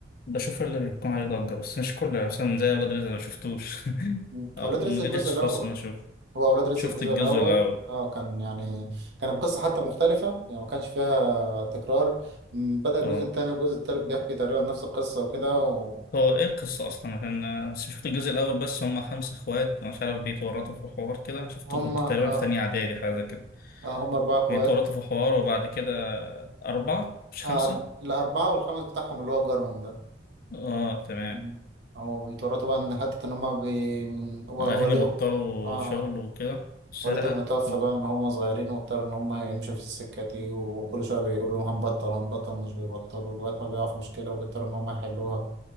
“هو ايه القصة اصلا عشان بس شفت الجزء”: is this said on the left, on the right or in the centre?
Left